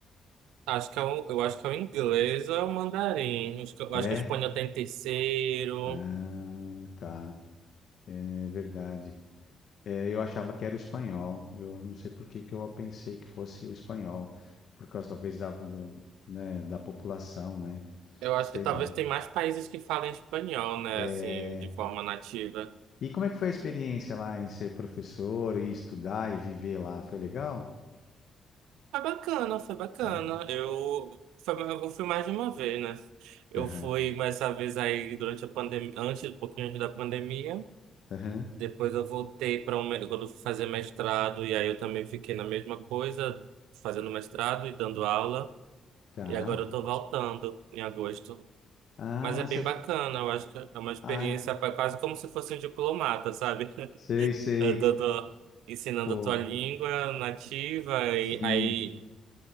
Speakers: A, on the right; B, on the left.
A: Acho que é o, eu acho que é o inglês ou é o mandarim. Acho que, eu
B: É.
A: acho que o espanhol tem terceiro.
B: Ah, tá. É verdade. É, eu achava que era o espanhol. Eu não sei por que que eu pensei que fosse o espanhol, por causa talvez da, do- né, da população, né?
A: Eu acho
B: Sei
A: que talvez
B: lá.
A: tem mais países que falem espanhol, né?
B: É,
A: Assim, de forma nativa.
B: E como é que foi a experiência lá em ser professor e estudar e viver lá? Foi legal?
A: Foi bacana, foi bacana.
B: É.
A: Eu, foi, eu fui mais de uma vez, né? Eu
B: Aham.
A: fui mais essa vez aí durante a pandemia, antes, um pouquinho antes da pandemia.
B: Aham.
A: Depois eu voltei para um, me- quando eu fui fazer mestrado, e aí eu também fiquei na mesma coisa, fazendo mestrado e dando aula.
B: Tá.
A: E agora eu tô voltando em agosto.
B: Ah,
A: Mas é bem
B: você...
A: bacana, eu acho que é uma experiência
B: ah, ent-
A: pa- quase como se fosse um diplomata, sabe? <laughs>
B: sei, sei.
A: Eu tô, tô ensinando
B: Pô,
A: a tua língua nativa,
B: sim.
A: e aí